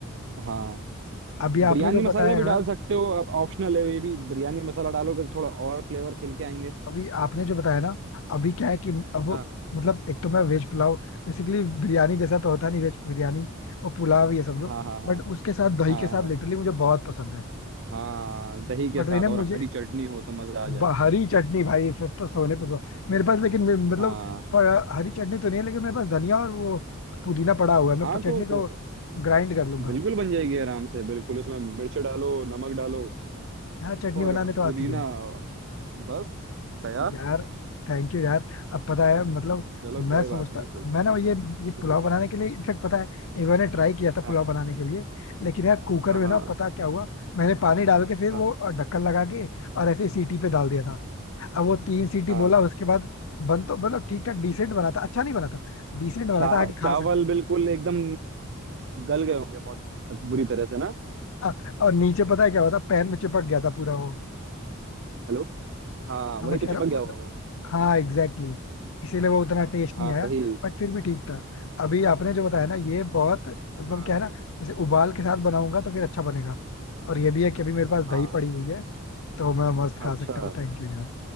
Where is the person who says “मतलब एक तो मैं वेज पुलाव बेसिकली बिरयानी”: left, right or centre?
Left